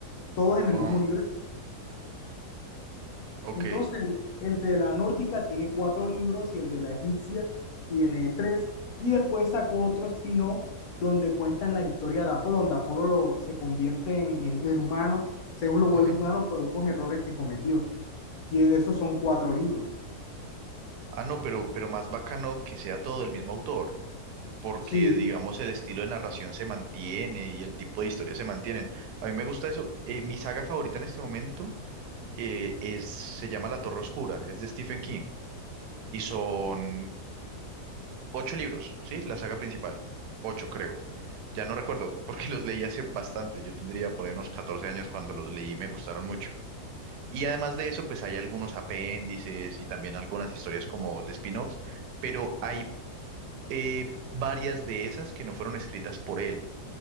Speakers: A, on the left; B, on the right.
A: todos en el
B: oh,
A: mismo universo.
B: ok.
A: Entonces, el de la nórdica tiene cuatro libros y el de la egipcia tiene tres. Y después sacó otro spin-off donde cuentan la historia de Apolo, donde Apolo lo- se convierte en, en, en humano, Zeus lo vuelve
B: ujú.
A: humano por unos errores que cometió. Y de esos son cuatro libros.
B: Ah, no, pero, pero más bacano que sea todo del mismo autor, porque
A: Sí,
B: digamos el estilo de narración se mantiene y el tipo de historia se mantienen. A mí me gusta eso. Eh, mi saga favorita en este momento. eh, es, se llama La Torre Oscura, es de Stephen King y son ocho libros, ¿sí? La saga principal, ocho creo. Ya no recuerdo porque <laughs> los leí hace bastante, yo tendría por ahí unos 14 años cuando los leí, y me gustaron mucho. Y además de eso, pues hay algunos apéndices y también algunas historias como de spin-offs, pero hay eh, varias de esas que no fueron escritas por él